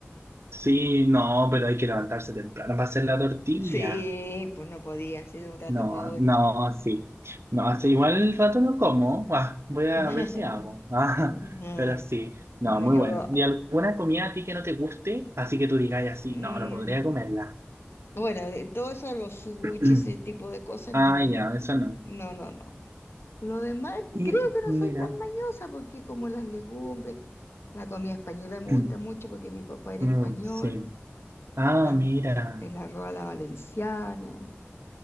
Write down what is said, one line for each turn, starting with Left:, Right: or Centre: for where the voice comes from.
Right: Sí, no, pero hay que levantarse temprano para hacer la tortilla.
Left: Sí, pues no podía, así de un rato
Right: No,
Left: para otro.
Right: no, sí. No, hace
Left: Y-
Right: igual el rato no como. Ah, voy a
Left: <laughs>
Right: ver si hago. <laughs> Ah,
Left: No,
Right: pero sí, no,
Left: no,
Right: muy
Left: yo,
Right: bueno. ¿Y alguna comida a ti que no te guste? Así que tú digas así,
Left: mm,
Right: no, no podría comerla.
Left: bueno, de todo eso de los sushi,
Right: <clears throat>
Left: ese tipo de cosas,
Right: Ah,
Left: no,
Right: ya, eso no.
Left: no, no, no. Lo demás, creo
Right: Y
Left: que no
Right: mira.
Left: soy tan mañosa porque como las legumbres, la comida española me
Right: <clears throat>
Left: gusta mucho porque mi papá era
Right: Mm,
Left: español,
Right: sí. Ah,
Left: la-
Right: mira.
Left: el arroz a la valenciana,